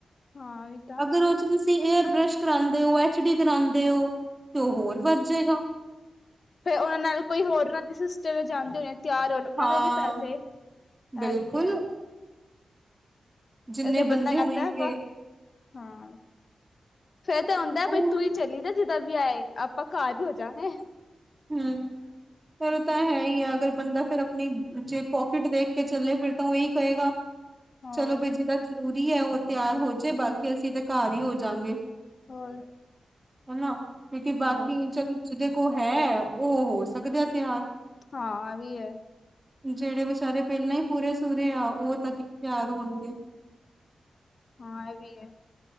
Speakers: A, on the left; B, on the right.
A: ਹਾਂ ਇਹ ਤਾਂ
B: ਅਗਰ ਉਹ 'ਚ ਤੁਸੀਂ ਏਅਰ ਬ੍ਰਸ਼ ਕਰਾਂਦੇ ਓ ਐਚ ਡੀ ਕਰਾਂਦੇ ਓ। ਤ ਹੋਰ ਵੱਧ ਜੇਗਾ।
A: ਫਿਰ ਉਹਨਾਂ ਨਾਲ ਕੋਈ ਹੋਰ ਰਜ ਸਿਸਟਰ ਲ ਜਾਂਣਦੇ ਹੋਣੇ ਆ। ਤਿਆਰ ਹੋਣ ਉਹਨਾਂ
B: ਹਾਂ
A: ਦੇ ਵੀ ਪੈਸੇ ਇਹ
B: ਬਿਲਕੁਲ
A: ਵੀ ਤੇ ਹੈ।
B: ਜਿੰਨੇ
A: ਇਸੇ
B: ਬੰਦੇ
A: ਬੰਦਾ
B: ਹੋਏਗੇ
A: ਕਹਿੰਦਾ ਆਪ ਹਾਂ। ਫੇਰ ਤਾਂ ਹੁੰਂਦਾ
B: ਉਹੀ
A: ਬਈ ਤੂੰ ਹੀ ਚੱਲ ਜਾ ਜਿੱਦਾ ਵਿਆਹ ਏ ਆਪਾਂ ਘਰ ਹੀ ਹੋ ਜਾਗੇ।
B: ਹੂੰ ਪਰ ਤਾਂ ਹੈ ਹੀ ਹੈ ਅਗਰ ਬੰਦਾ ਫਿਰ ਆਪਣੀ 'ਚ ਪੋਕਿਟ ਦੇਖ ਕੇ ਚੱਲੇ ਫਿਰ ਤਾਂ ਉਹੀ ਕਹੇਗਾ।
A: ਹੋਰ
B: ਚਲੋ ਬਈ ਜਿਹੜਾ ਜ਼ਰੂਰੀ ਹੈ ਉਹ ਤਿਆਰ ਹੋ ਜੇ ਬਾਕੀ ਅਸੀਂ ਤੇ ਘਾਰ ਹੀ ਹੋ
A: ਹਾਂ
B: ਜਾਂਗੇ।
A: ਹੋਰ
B: ਹਨਾ ਕਿਉਂਕਿ ਬਾਕੀ
A: ਹੋਰ
B: 'ਚ-'ਚ ਜਿਹਦੇ ਕੋਲ ਹੈ। ਉਹ ਹੋ ਸਕਦੇ ਆ ਤਿਆਰ
A: ਹਾਂ ਆਵੀ ਐ।
B: ਜਿਹੜੇ ਵਿਚਾਰੇ ਪਹਿਲਾਂ ਹੀ ਪੂਰੇ ਸੂੁਰੇ ਆ ਉਹ ਤਾਂ ਕੀ ਤਿਆਰ ਹੋਣਗੇ।
A: ਹਾਂ ਇਹ ਵੀ ਏ